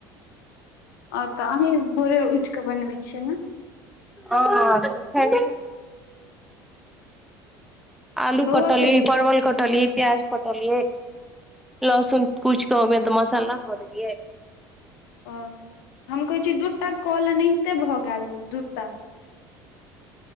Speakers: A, on the left; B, in the centre.
A: आ तऽ अही भोरे उठ कऽ बनबै छियै ने
B: ओ खऽ आलू
A: बौआ
B: कटली
A: केलक
B: परवल कटली प्याज कटलिय लसुन कुछि कमे मसाला ध देलियै
A: ओ हम कहै छी दूटा कल एनाहिते भऽ गेल दूटा